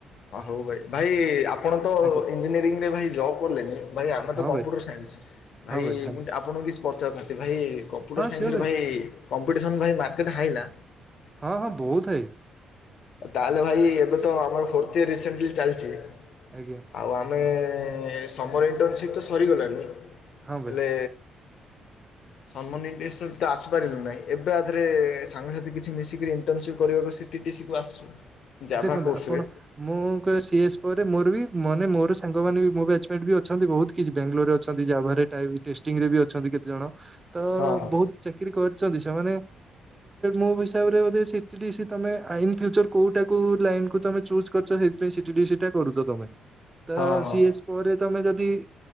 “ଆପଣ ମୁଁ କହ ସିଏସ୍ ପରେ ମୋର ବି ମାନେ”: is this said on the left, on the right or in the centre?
Right